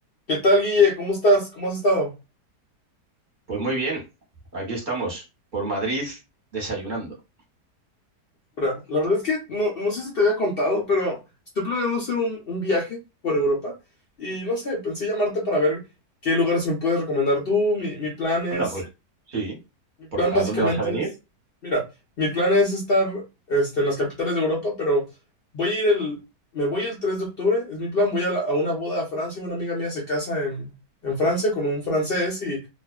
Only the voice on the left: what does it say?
¿Qué tal, Guille? ¿Cómo estás? ¿Cómo has estado?
Mira, La verdad es que no, no sé si te había contado, pero estoy planeando hacer un, un viaje por Europa y no sé, pensé llamarte para ver qué lugares me puedes recomendar tú. Mi, mi plan es,
mi plan
básicamente
es, mira, mi plan es estar este, en las capitales de Europa, pero voy a ir el, me voy el 3 de octubre, es mi plan, voy a, la- a una boda a Francia, una amiga mía se casa en, en Francia con un francés y